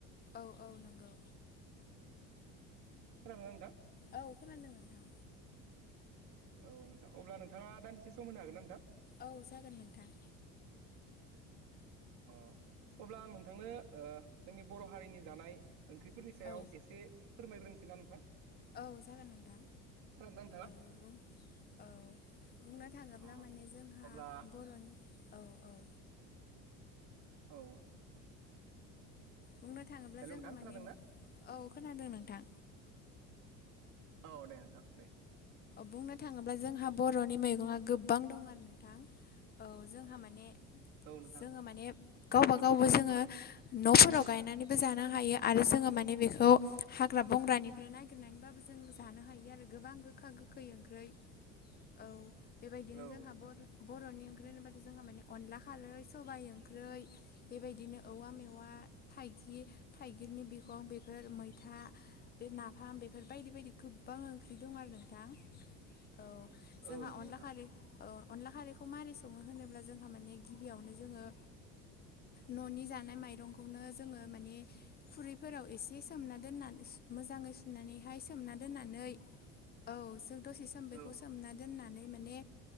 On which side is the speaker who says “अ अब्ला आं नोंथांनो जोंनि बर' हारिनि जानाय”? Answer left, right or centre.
Right